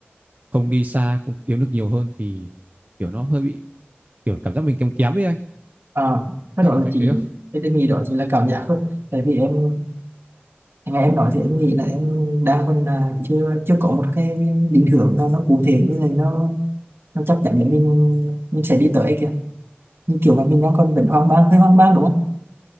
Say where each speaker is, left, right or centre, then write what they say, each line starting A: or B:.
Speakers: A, on the right; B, on the right.
A: không đi xa không kiếm được nhiều hơn thì kiểu nó hơi bị kiểu cảm giác mình kém kém ấy anh.
B: à
A: <laughs>
B: cái
A: Anh
B: đó
A: có
B: là
A: thấy
B: chỉ
A: thế không?
B: cái em nghĩ đó chỉ là cảm giác thôi tại vì em nghe em nói thì em nghĩ là em đang còn là chưa chưa có một cái định hướng nó nó cụ thể với lại nó nó chắc chắn để mình mình sẽ đi tới kìa như kiểu mà mình đang còn vẫn hoang mang hơi hoang mang đúng không